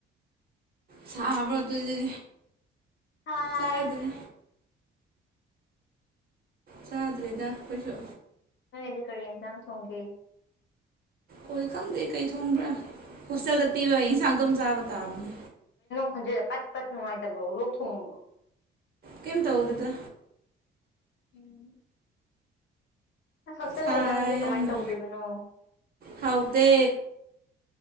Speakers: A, on the right; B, on the left.
A: ꯆꯥꯕ ꯑꯗꯨꯗꯤ
B: ꯍꯥꯏ
A: ꯆꯥꯗ꯭ꯔꯦ ꯆꯥꯗ꯭ꯔꯦꯗ ꯀꯩꯁꯨ
B: ꯗꯤ ꯀꯔꯤ ꯌꯦꯟꯁꯥꯡ ꯊꯣꯡꯒꯦ
A: ꯍꯣꯏ ꯈꯪꯗꯦ ꯀꯩ ꯊꯣꯡꯕ꯭ꯔꯥ ꯍꯣꯁꯇꯦꯜꯗ ꯄꯤꯕ ꯌꯦꯟꯁꯥꯡ ꯑꯗꯨꯝ ꯆꯥꯕ ꯇꯥꯕꯅꯦ
B: ꯈꯟꯖꯗ ꯄꯠ ꯄꯠ ꯅꯨꯡꯉꯥꯏꯇꯕ꯭ꯔꯣ ꯂꯣꯛ ꯊꯣꯡꯉꯕ꯭ꯔꯣ
A: ꯀꯦꯝ ꯇꯧꯗꯦꯗ
B: ꯎꯝ ꯑꯁ ꯍꯣꯁꯇꯦꯜ
A: ꯁꯥꯏ
B: ꯌꯦꯟꯖꯥꯡꯗꯤ ꯀꯃꯥꯏꯅ
A: ꯌꯥꯝꯅ
B: ꯇꯧꯗꯣꯏꯕꯅꯣ
A: ꯍꯥꯎꯇꯦ